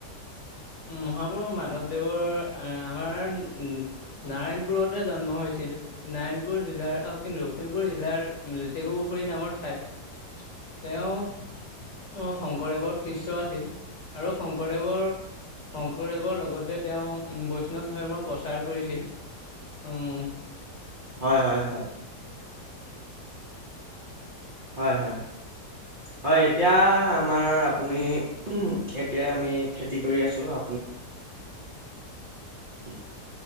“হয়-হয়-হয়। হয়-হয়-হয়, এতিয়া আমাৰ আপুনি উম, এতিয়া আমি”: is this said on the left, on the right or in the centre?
Right